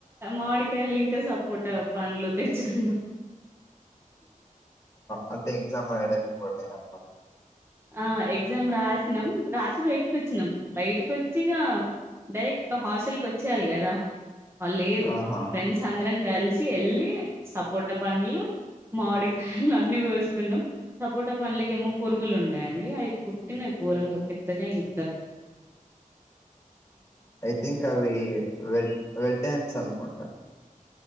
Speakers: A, on the right; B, on the left.
A: మాడి కయలు ఇంకా సపోర్ట్ అవ ప అండ్లు తెచ్చకుంద
B: ఆంటే <unintelligible>
A: ఆ ఎగ్జామ్ రాసినాం రాసి బయటకి వచ్చినాం బయటకి వచ్చిగా డైరెక్ట్ హాస్టల్ కి వచ్చేయాలి కదా వాళ్ లేదు
B: ఆహా
A: ఫ్రెండ్స్ అందరం కలిసి కి ఎల్లి సపోటా పండ్లు మాడికాయలు అన్ని పోసుకున్నాం సపోట పండ్లుకేమో పురుగులు ఉన్నయ్ అండి అయి కుట్టినై ఘోరంగా పెద్దగా అయింది దత్
B: ఐ థింక్ అవి రెడ్ రెడ్ ఆంట్స్ అనుకుంటా